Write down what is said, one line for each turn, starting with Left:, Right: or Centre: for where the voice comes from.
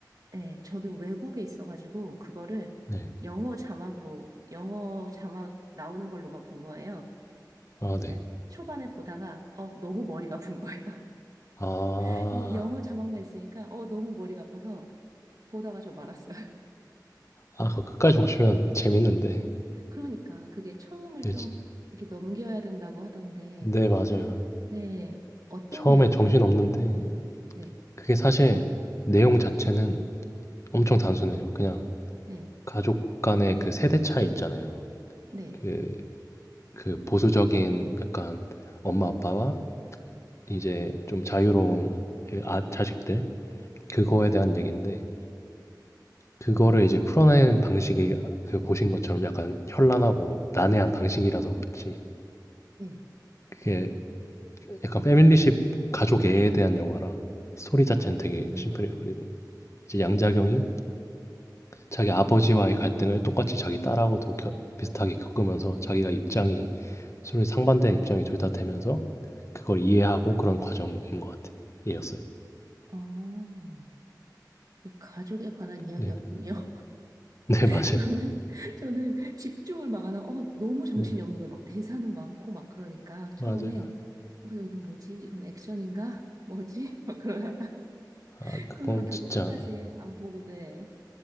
Right: 네, 저는 외국에 있어가지고 그거를
Left: 네.
Right: 영어 자막으로 영어 자막 나오는 걸로만 본 거예요.
Left: 아,
Right: 진짜
Left: 네.
Right: 초반에 보다가 어 너무 머리가 아픈 거예요.
Left: 아,
Right: <laughs> 이게 영어 자막만 있으니까 어 너무 머리가 아파서 보다가 저 말았어요. <laughs>
Left: 아, 그거 끝까지 보시면
Right: 네.
Left: <laughs> 재밌는데.
Right: 그러니까 그게 처음을
Left: 네,
Right: 좀
Left: 지-
Right: 이렇게 넘겨야 된다고 하던데
Left: 네, 맞아요.
Right: 네 어떤
Left: 처음에
Right: 내용인가요
Left: 정신 없는데,
Right: 그게? 네, 네,
Left: 그게 사실 내용 자체는 엄청 단순해요. 그냥
Right: 네, 네,
Left: 가족 간의 그 세대 차이 있잖아요.
Right: 네,
Left: 그, 그 보수적인 약간 엄마 아빠와 이제 좀 자유로운 그 아, 자식들, 그거에
Right: 네,
Left: 대한 얘기인데, 그거를 이제 풀어내는 방식이 그 보신 것처럼 약간 현란하고 난해한 방식이라서 그렇지.
Right: 네. 네.
Left: 그게 약간 패밀리십 가족애에 대한 영화라 스토리 자체는
Right: 어.
Left: 되게 심플해요. 그리고 이제 양자경이 자기 아버지와의 갈등을 똑같이 자기 딸하고도 겨- 비슷하게 겪으면서 자기가 입장이
Right: 음,
Left: 서로 상반된 입장이 둘 다 되면서 그걸 이해하고
Right: 음.
Left: 그런 과정인 것 같아요어요
Right: 아, 그 가족에 관한 이야기였군요.
Left: 네, <laughs> 네
Right: <laughs>
Left: 맞아요.
Right: 저는, 저는 집중을 막 안 하고, 어, 너무 정신이
Left: 네
Right: 없는 거예요. 막 대사는 많고, 막 그러니까 처음에,
Left: 맞아요.
Right: 어, 그래서 이건 뭐지? 이건 액션인가? 뭐지? <laughs> 막 그러다가, <laughs>
Left: 아 그건
Right: 그러다가 결국
Left: 진짜
Right: 끝까지 안 보고, 네.